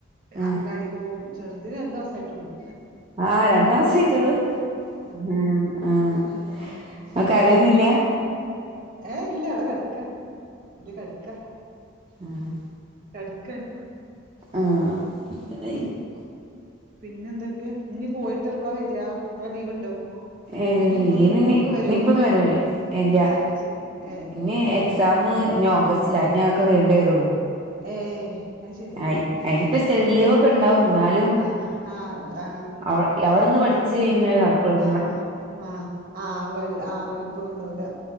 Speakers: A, on the right (about 25°); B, on the right (about 45°).
A: ഉം
B: അംഗലവാടി പോവും ചെറുത് രണ്ട് മാസായിട്ടൊള്ളു.
A: ആഹ് രണ്ടാസായിട്ടൊള്ളു ഹ്മ്മ് ആഹ്
B: ഉം
A: അത് കരയുന്നില്ല
B: ഏഹ് ഇല്ല അവടെ കട്ക്കാ ഇല്ല കട്ക്കാ
A: ആഹ്
B: കട്ക്കാണ്.
A: ആഹ് <unintelligible>
B: പിന്നെന്തൊക്കെ ഇഞ്ഞ് പോയിട്ട് എപ്പളാ വര്യാ കൊറെ ലീവ്ണ്ടോ
A: ഏഹ്
B: ഇനിയിപ്പൊന്ന്
A: ലീവിനി
B: ഇപ്പൊക്കെ വരുവോ
A: ഇനിപ്പൊന്നും വരൂല ഏഹ് ഇല്ല
B: ആഹ് അത് ശരി ഏഹ്
A: ഇനി എക് സാമ് ഇഞ്ഞ് ഓഗസ്റ്റിലാ ഇഞ്ഞതൊക്കെ കഴ്ഞ്ഞിട്ടേ വരൊള്ളു
B: ഏഹ് അത് ശരി
A: അയി അയിനിപ്പ സ്‌റ്റഡി ലീവൊക്കെ ഇണ്ടാവും ഇന്നാലും
B: ആഹ് ആഹ് ആഹ്
A: അവ അവിട്ന്ന് പഠിച്ച് പിന്നെ നടക്കൊള്ളൂ
B: ആഹ് ആഹ് ആ പടി ആ പഠിപ്പൊന്നുണ്ടാവൂല